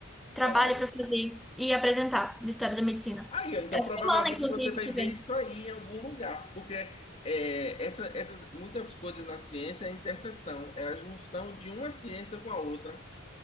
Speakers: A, in the centre; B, on the left.
A: trabalho
B: Trabalho?
A: para fazer e apresentar de história da medicina.
B: Aí, ó, então
A: Essa
B: provavelmente
A: semana, inclusive,
B: você vai
A: que
B: ver
A: vem.
B: isso aí em algum lugar, porque é, essa- essas muitas coisas na ciência é a interseção, é a junção de uma ciência com a outra.